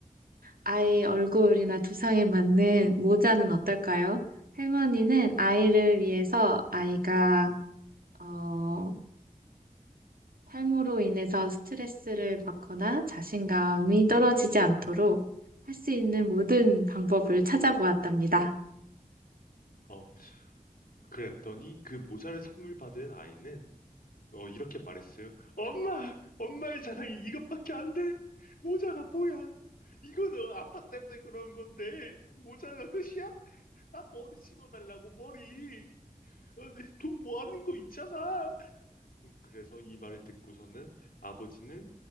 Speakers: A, on the right (about 85°); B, on the left (about 80°).
A: 아이 얼굴이나 두상에 맞는 모자는 어떨까요? 할머니는 아이를 위해서 아이가 어, 탈모로 인해서 스트레스를 받거나 자신감이 떨어지지 않도록 할 수 있는 모든 방법을 찾아보았답니다.
B: 어, 그랬더니 그 모자를 선물 받은 아이는 어, 이렇게 말했어요. 엄마! 엄마의 자랑이 이것밖에 안 돼! 모자가 뭐야? 이거는 아빠 때문에 그런 건데, 모자가 끝이야? 나 머리 심어달라고, 머리! 어, 네, 돈 모아는 거 있잖아! 음, 그래서 이 말을 듣고서는 아버지는,